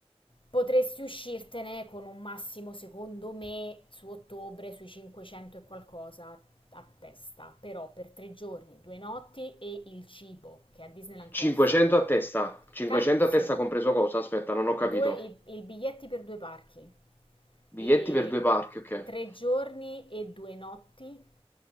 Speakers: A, on the left; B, on the left.
A: potresti uscirtene con un massimo, secondo me, su ottobre, sui 500 e qualcosa a testa, però per tre giorni, due notti e il cibo, che a Disneyland costa.
B: 500 a testa, 500
A: Cal- sì,
B: a testa compreso cosa? Aspetta, non ho capito.
A: Due, i, i biglietti per due parchi,
B: Biglietti
A: i
B: per due parchi, ok.
A: tre giorni e due notti